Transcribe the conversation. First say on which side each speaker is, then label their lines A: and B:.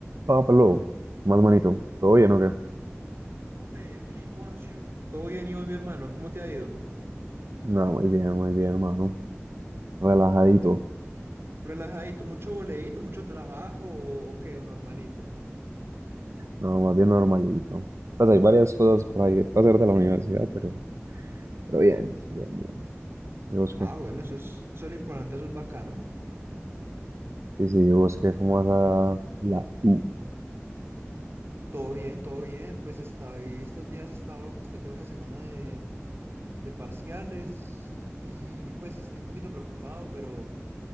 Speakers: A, on the right; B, on the right.
A: Pablo, más manito, ¿todo bien o qué?
B: Hombre, Filiponcio. Todo bien, Iván, mi hermano, ¿cómo te ha ido?
A: No, muy bien, muy bien, hermano. Relajadito,
B: Mu- relajadito, mucho boleíto, mucho trabajo o, o qué, o normalito.
A: no, más bien normalito. Pues hay varias cosas por ahí para hacer de la universidad, pero, pero bien, bien, bien. ¿Y vos
B: Ah,
A: qué?
B: bueno, eso es, eso es lo importante, eso es bacano.
A: Sí, sí, ¿y vos qué? ¿Cómo vas a la U?
B: Todo bien, todo bien, pues estoy, estos días he estado, pues tengo esa semana de, de parciales y pues estoy un poquito preocupado, pero,